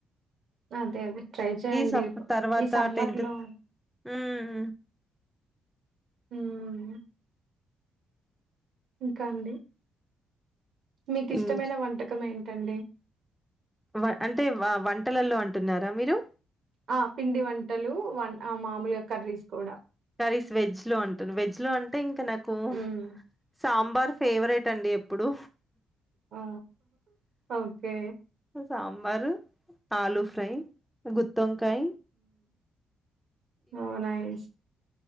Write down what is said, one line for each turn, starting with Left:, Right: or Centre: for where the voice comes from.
Right: అదే అదే ట్రై చేయండి
Centre: చెప్ తర్వాత
Right: ఈ సమ్మర్‌లో
Centre: టెన్త్ హ్మ్మ్
Right: హ్మ్ ఇంకా అండి మీకు
Centre: హ్మ్.
Right: ఇష్టమైన వంటకం ఏం టండి
Centre: వ అంటే వంటలల్లో అంటున్నారా మీరు
Right: ఆ పిండి వంటలు వం మామూలుగా కర్రీస్ కూడా
Centre: కర్రీస్ వెజ్ లో అంటరు వెజ్ లో అంటే ఇం ఇంక నాకు
Right: హ్మ్.
Centre: సాంబార్ ఫేవరెట్ అండి ఎప్పుడూ
Right: ఆ! ఓకే.
Centre: సాంబారు ఆలూ ఫ్రై గుత్తొంకాయ్
Right: ఓం నైస్